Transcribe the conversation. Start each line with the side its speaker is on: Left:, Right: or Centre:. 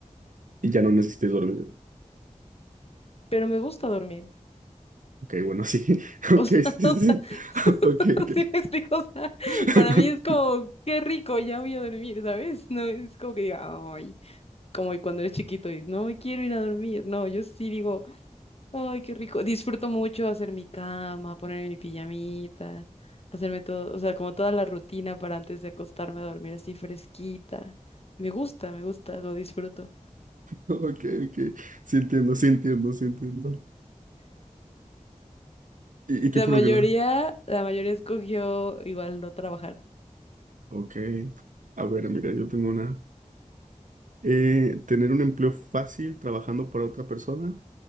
Right: y ya no necesites dormir?
Left: Pero me gusta dormir.
Right: Ok, bueno, sí. <laughs> Ok,
Left: O sea,
Right: sí,
Left: <laughs> o
Right: sí.
Left: sea,
Right: sí.
Left: <laughs>
Right: <laughs> Ok, ok.
Left: ¿sí me explico? O sea,
Right: <laughs>
Left: para mí es como, qué rico, ya voy a dormir, ¿sabes? No es como que diga, ay, como cuando eres chiquito y no me quiero ir a dormir. No, yo sí digo, ay, qué rico. Disfruto mucho hacer mi cama, poner mi pijamita, hacerme todo, o sea, como toda la rutina para antes de acostarme a dormir así fresquita. Me gusta, me gusta, lo disfruto.
Right: Ok, ok. Sí entiendo, sí entiendo, sí entiendo. ¿Y, y qué
Left: La
Right: fue
Left: mayoría,
Right: lo que la...?
Left: la mayoría escogió igual no trabajar.
Right: Ok. A ver, mira, yo tengo una... Eh, tener un empleo fácil trabajando para otra persona